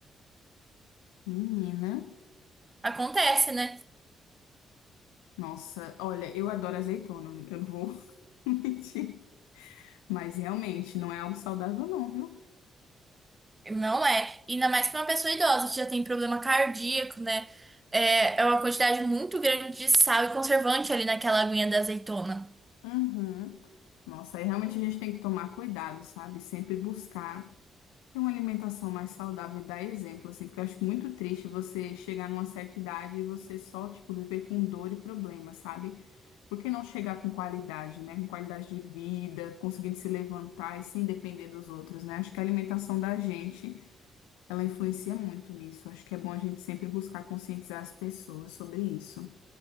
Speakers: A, on the left; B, on the right.
A: menina.
B: Acontece, né?
A: Nossa, olha, eu adoro azeitona, eu não vou <laughs> mentir. Mas realmente, não é algo saudável, não, viu?
B: Não é. Ainda mais pra uma pessoa idosa que já tem problema cardíaco, né? É, é uma quantidade muito grande de sal e conservante ali naquela aguinha da azeitona.
A: Uhum. Nossa, aí realmente a gente tem que tomar cuidado, sabe? Sempre buscar ter uma alimentação mais saudável e dar exemplo, assim, porque eu acho muito triste você chegar numa certa idade e você só, tipo, viver com dor e problema, sabe? Por que não chegar com qualidade, né? Com qualidade de vida, conseguindo se levantar e sem depender dos outros, né? Acho que a alimentação da gente, ela influencia muito nisso. Acho que é bom a gente sempre buscar conscientizar as pessoas sobre isso.